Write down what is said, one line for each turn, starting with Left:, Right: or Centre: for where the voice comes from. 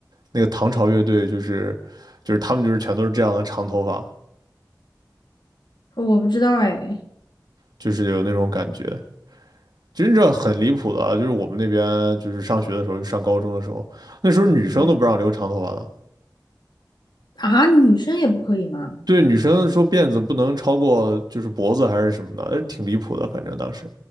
Right: 那个唐朝乐队就是就是他们就是全都是这样的长头发，
Left: 我不知道哎。
Right: 就是有那种感觉。其实这很离谱的啊就是我们那边就是上学的时候，就上高中的时候，那时候女生都不让留长头发的，
Left: 嗯啊，女生也不可以吗？
Right: 对女生说辫子不能超过就是脖子还是什么的，呃挺离谱的。反正当时